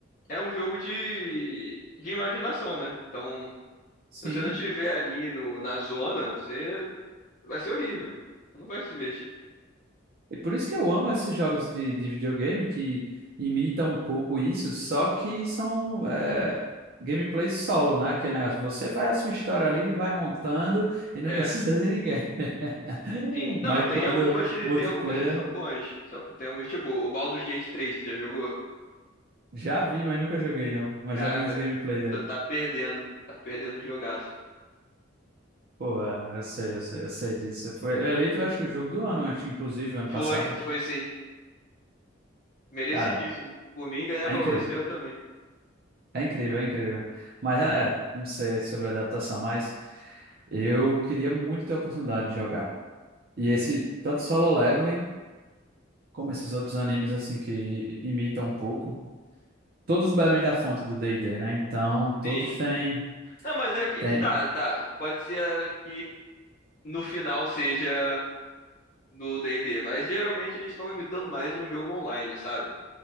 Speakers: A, on the left; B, on the right.
A: é um jogo de, de imaginação, né? Então,
B: Sim.
A: se você não estiver ali no, na zona, você vai ser horrível. Você não vai se divertir.
B: E por isso que eu amo esses jogos de, de videogame que imitam um pouco isso, só que são é, gameplays solo, né? Aquele negócio, você faz a sua história ali e vai montando e não
A: É.
B: <laughs> precisa de ninguém. <laughs>
A: Sim, não,
B: Mas
A: tem
B: quando
A: algumas, que-
B: multiplayer,
A: tem algumas que são bons. São- Tem alguns, tipo, o Baldur's Gate três tu já jogou?
B: já vi, mas nunca joguei não. Mas
A: Caraca,
B: já vi uns gameplay dele.
A: tu tá perdendo, tá perdendo o jogaço.
B: Pô, é, eu sei, eu sei, eu sei disso. Foi eleito, eu acho que o jogo do ano, acho que inclusive o ano
A: Foi,
B: passado.
A: foi sim, merecidíssimo.
B: Cara,
A: Por mim, ganhava
B: é incrível,
A: esse ano também.
B: é incrível, é incrível. Mas é, é, não sei sobre a adaptação, mas. Eu queria muito ter a oportunidade de jogar. E esse, tanto Solo Leveling, como esses outros animes, assim, que imitam um pouco, todos bebem da fonte do D&D, né? Então, todos
A: Sim,
B: têm,
A: sim. Não, mas é que,
B: têm...
A: tá, tá, pode ser que no final seja do d e D, mas geralmente eles estão imitando mais um jogo online, sabe?